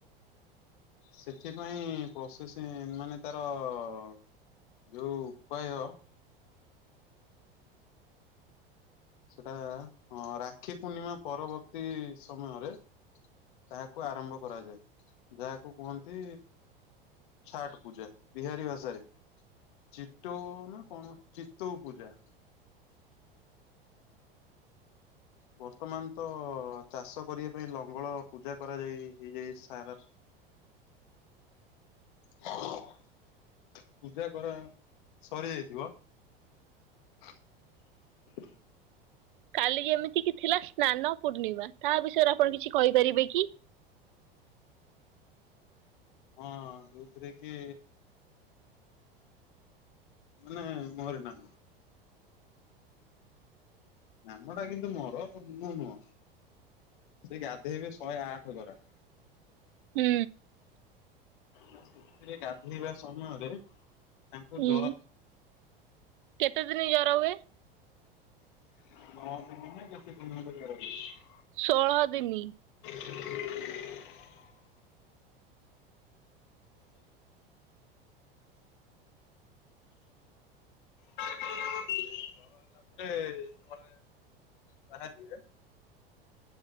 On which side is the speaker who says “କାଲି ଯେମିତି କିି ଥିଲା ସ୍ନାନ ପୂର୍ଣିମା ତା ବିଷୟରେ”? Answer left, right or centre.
Right